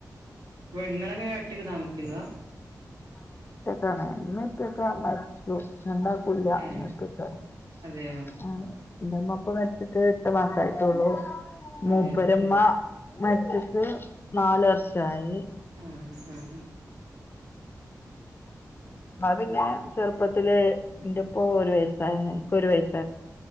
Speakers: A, on the right (about 65°); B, on the left (about 30°).
A: പെണ്ണ്ങ്ങളോക്കെ ഒറ്റക്ക് താമസിക്കുന്നതാ
B: ട്ടാണ് മ്മീം പ്പിം ഒക്കെ മരിച്ചു രണ്ടാ <unintelligible>
A: ഏ അതെയോ
B: എന്റെമ്മപ്പോ മരിച്ചിട്ട് എട്ട് മാസയിട്ടുള്ളൂ. മൂപ്പരമ്മ
A: അതെയോ
B: മരിച്ചിട്ട് നാല് വർഷായി.
A: ആ ആ
B: <unintelligible> പിന്നെ ചെറുപ്പത്തില് എന്റെപ്പോ ഒരു വയസ്സായി ഇപ്പോ ഒരു വയസ്സ